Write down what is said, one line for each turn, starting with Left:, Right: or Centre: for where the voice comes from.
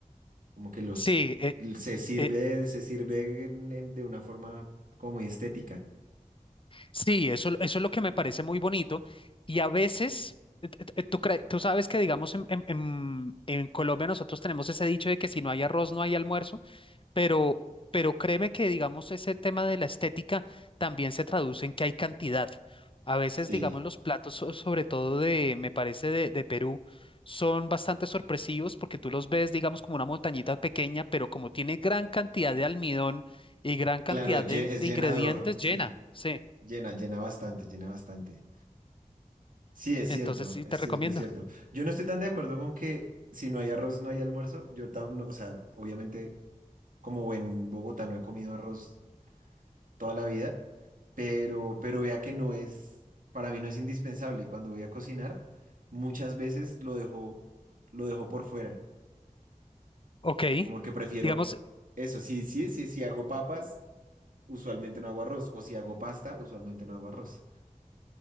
Right: Como que los
Left: Sí, eh,
Right: se sirve,
Left: eh,
Right: se sirve en- en- de una forma como muy estética.
Left: sí, eso, eso es lo que me parece muy bonito y a veces... eh, t- Tú, cre- tú sabes que, digamos, en, en en- en Colombia nosotros tenemos ese dicho de que si no hay arroz no hay almuerzo. pero, pero créeme que, digamos, ese tema de la estética también se traduce en que hay cantidad. A veces,
Right: Sí,
Left: digamos, los platos, so- sobre todo de, me parece, de, de Perú, son bastante sorpresivos porque tú los ves, digamos, como una montañita pequeña, pero como tiene gran cantidad de almidón y gran cantidad
Right: claro, es lle-
Left: de, in-
Right: es
Left: de
Right: llenador,
Left: ingredientes,
Right: sí,
Left: llena. Sí,
Right: llena, llena bastante, llena bastante. Sí, es
Left: entonces
Right: cierto,
Left: sí
Right: es
Left: te
Right: cierto,
Left: recomiendo.
Right: es cierto. Yo no estoy tan de acuerdo con que si no hay arroz no hay almuerzo. Yo tam- no, o sea, obviamente como en Bogotá no he comido arroz toda la vida, pero, pero vea que no es, para mí no es indispensable. Y cuando voy a cocinar, muchas veces lo dejo, lo dejo por fuera.
Left: Ok.
Right: Como que prefiero
Left: Digamos,
Right: eso. Sí, sí, sí, si hago papas, usualmente no hago arroz. O si hago pasta, usualmente no hago arroz.